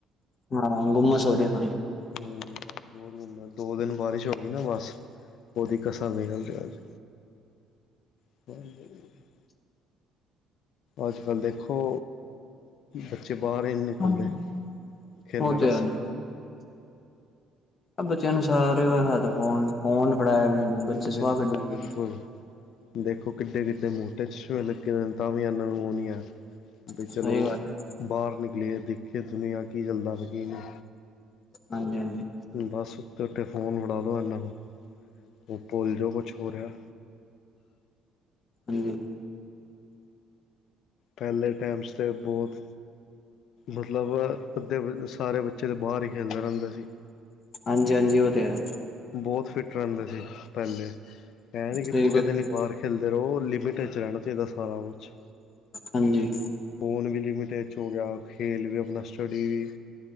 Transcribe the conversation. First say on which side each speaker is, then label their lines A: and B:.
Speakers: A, on the left; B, on the left.
A: ਹਾਂ ਗੁੰਮਸ ਹੋ ਰਹੀ ਬੜੀ।
B: ਹੂ ਬਹੁਤ ਗੁਮਸ ਦੋ ਦਿਨ ਬਾਰਿਸ਼ ਹੋ ਗਈ ਨਾ ਬਸ ਉਹਦੀ ਕਸਰ ਨਿਕਲ ਗੀ ਅਜ। <unintelligible> ਅੱਜ ਕੱਲ੍ਹ ਦੇਖੋ ਬੱਚੇ ਬਾਹਰ ਹੀ ਨ ਨਿਕਲਦੇ
A: ਹਾਂਜੀ
B: ਖੇਲਨ
A: ਉਹ ਤੇ
B: ਆਸੇ।
A: ਹੈ ਆ ਬੱਚਿਆਂ ਨੂੰ ਸਾਰੇ ਹੋ ਫੋਨ, ਫੋਨ ਫੜਾਇਆ ਦੇ ਨੇ। ਬੱਚੇ ਸੁਆਹ
B: ਬਿਲਕੁਲ-ਬਿਲਕੁਲ।
A: ਕੱਢਣਗੇ
B: ਦੇਖੋ ਕਿੱਡੇ-ਕਿੱਡੇ ਮੋਟੇ ਚਸ਼ਮੇ ਲੱਗੇ ਤਾਂ ਵੀ ਇਹਨਾਂ ਨੂੰ ਉਹ ਨੀ ਹੈ। ਵੀ
A: ਸਹੀ
B: ਚਲੋ
A: ਗੱਲ ਹੈ
B: ਬਾਹਰ ਨਿਕਲੀਏ ਦੇਖੀਏ ਦੁਨੀਆ ਕੀ ਚਲਦਾ ਪਿਆ ਕੀ ਨੀ।
A: ਹਾਂਜੀ-ਹਾਂਜੀ।
B: ਬਸ ਸੁੱਤੇ ਉੱਠੇ ਫੋਨ ਫੜਾ ਦੋ ਇਹਨਾਂ ਨੂੰ। ਉਹ ਪੋਲ ਜੋ ਕੁਛ ਹੋ ਰਿਹਾ।
A: ਹਾਂਜੀ।
B: ਪਹਿਲੇ ਟਾਈਮ ਚ ਤੇ ਬਹੁਤ ਮਤਲਬ ਅੱਧੇ ਸਾਰੇ ਬੱਚੇ ਤਾਂ ਬਾਹਰ ਹੀ ਖੇਲਦੇ ਰਹਿੰਦੇ ਸੀ।
A: ਹਾਂਜੀ-ਹਾਂਜੀ ਉਹ ਤੇ ਹੈ।
B: ਬਹੁਤ ਫਿੱਟ ਰਹਿੰਦੇ ਸੀ ਪਹਿਲੇ। ਏਹ ਨੀ ਕਿ
A: ਸਹੀ
B: ਪੂਰਾ
A: ਗੱਲ
B: ਦਿਨ ਹੀ
A: ਹੈ।
B: ਬਾਹਰ ਖੇਲਦੇ ਰਹੋ ਲਿਮਿਟ ਚ ਰਹਿਣਾ ਚਾਹੀਦਾ ਸਾਰਾ ਕੁਛ।
A: ਹਾਂਜੀ।
B: ਫੋਨ ਵੀ ਲਿਮੀਿਟਿਡ ਚ ਹੋ ਗਿਆ ਖੇਲ ਵੀ ਆਪਨਾ ਸਟੱਡੀ ਵੀ।